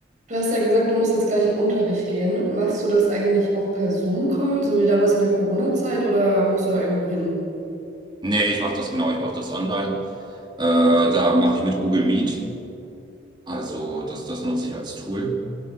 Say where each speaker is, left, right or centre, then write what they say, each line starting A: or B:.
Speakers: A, on the right; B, on the right.
A: Du hast ja gesagt, du musst jetzt gleich in den Unterricht gehen. Machst du das eigentlich auch per Zoom-Call, so wie damals in der Corona-Zeit, oder musst du da irgendwo hin?
B: Nee, ich mache das genau, ich mache das online. Äh, da mache ich mit Google Meet. Also das, das nutze ich als Tool.